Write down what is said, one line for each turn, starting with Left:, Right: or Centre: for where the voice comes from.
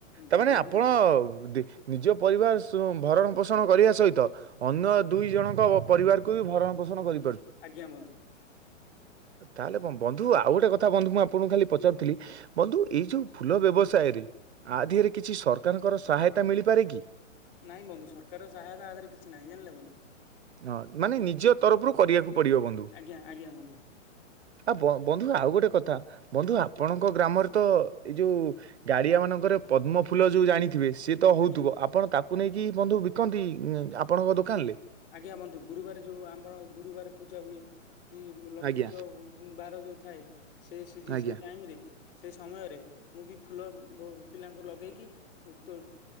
Left: ବେପାରୀ
Right: ତାମାନେ ଆପଣ
Left: ବି
Right: ଦି ନିଜ ପରିବାର ସ ଭରଣ ପୋଷ ଣ କରିବା ସହିତ ଅନ୍ୟ ଦୁଇ ଜଣଙ୍କ ପରିବାରକୁ ବି ଭରଣ ପୋଷଣ କରି
Left: ଆଜ୍ଞା ବନ୍ଧୁ।
Right: ତାହେଲେ କ ବନ୍ଧୁ ଆଉ ଗୋଟେ କଥା ବନ୍ଧୁ ମୁଁ ଆପଣଙ୍କୁ ଖାଲି ପଚାରୁଥିଲି ବନ୍ଧୁ ଏଇ ଯୋଉ ଫୁଲ ବ୍ୟବ ସାୟରେ ଆଧିରେ କିଛି ସରକାରଙ୍କର ସହାୟତା ମିଳିପାରେ କି?
Left: ନାଇଁ ବନ୍ଧୁ ସରକାର ସହାୟତା ଆଧାରରେ କିଛି ନାହିଁ ଜାଣିଲେ ବନ୍ଧୁ।
Right: ହଁ ମାନେ ନିଜ ତରଫରୁ କରିବାକୁ ପଡ଼ିବ ବନ୍ଧୁ।
Left: ଆଜ୍ଞା ଆଜ୍ଞା ବନ୍ଧୁ
Right: ଆଉ ବ-ବନ୍ଧୁ ଆଉ ଗୋଟେ କ ତା ବନ୍ଧୁ ଆପଣଙ୍କ ଗ୍ରାମରେ ତ ଏଇ ଯୋଉ ଗାଡ଼ିଆ ମାନଙ୍କରେ ପଦ୍ମ ଫୁଲ ଯୋଉ ଜାଣିଥିବେ? ସିଏ ତ ହଉଥୁବ
Left: ଆଜ୍ଞା।
Right: ଆପଣ ତାକୁ ନେଇକି ବନ୍ଧୁ ବିକନ୍ତି ଆପଣଙ୍କ ଦୋକାଲରେ?
Left: ଆଜ୍ଞା ବନ୍ଧୁ ଗୁରୁବାର ଯେଉଁ ଆମର ଗୁରୁବାର ପୂଜା ହୁଏ କି ଲକ୍ଷ୍ମୀଙ୍କ
Right: ଆଜ୍ଞା
Left: ବାର ଯଉ ଥାଏ ସେ ସିଜି
Right: ଆଜ୍ଞା।
Left: ସେଇ ଟାଇମ ରେ ସେଇ ସମୟରେ ମୁଁ ବି ଫୁଲ ବୋ ପିଲାଙ୍କୁ ଲଗେଇକି ତୋ